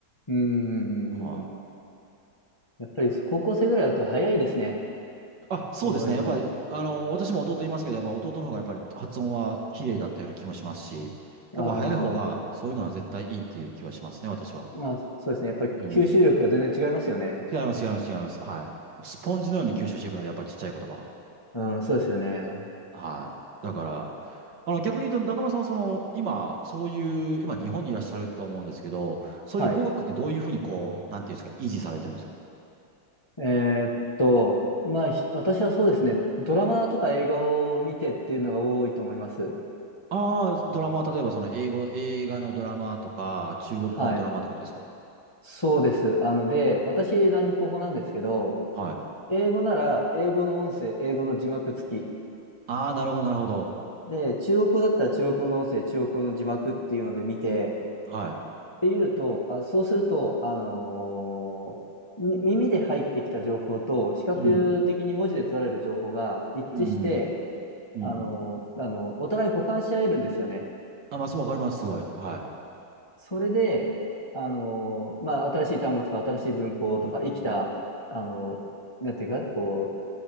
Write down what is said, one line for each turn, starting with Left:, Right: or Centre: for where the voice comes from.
Left: うん、うん、うん、
Right: はい。
Left: うん。やっぱり高校生ぐらいだと早いですね。
Right: あ、そうですね。
Left: 覚えるのが。
Right: やっぱり、あの、私も弟いますけど、やっぱ弟の方がやっぱり発音は綺麗だったような気もしますし、
Left: ああ、
Right: やっぱ早い方がそういうのは絶対いいっていう気はしますね、私は。
Left: まあそうですね。やっぱり吸収力が全然違いますよね。
Right: うん。違います、違います、違います。はい。スポンジのように吸収していくので、やっぱちっちゃいことが。
Left: うん、そうですよね。
Right: はい。だから、あの、逆に言うと、中村さんはその、今、そういう、今日本にいらっしゃると思うんですけど、そういう語学ってどういうふうにこう、
Left: はい。
Right: なんていうんですか、維持されてるんですか
Left: えーっと、まあひ私はそうですね、ドラマとか映画を見てっていうのが多いと思います。
Right: ああー、ドラマは例えばその英語、映画のドラマとか、中国語のドラマってことですか
Left: はい。そうです。あので、私なりの方法なんですけど、
Right: はい。
Left: 英語なら英語の音声、英語の字幕付き。
Right: ああ、なるほど、なるほど。
Left: で、中国語だったら中国語の音声、中国語の字幕っていうので見て、
Right: は
Left: っていうと、あ、そうすると、あのーみ耳で入ってきた情報と、視覚的に文字で取られる情報が一致して、
Right: い。うん。うん。うん。
Left: あのーあのお互い補完し合えるんですよね。
Right: あ、まあ、そう、わかります、すごい。は
Left: それで、あのーまあ、新しい単語とか、新しい文法とか、
Right: い。うん。
Left: 生きた、あのーなんていうか、こう、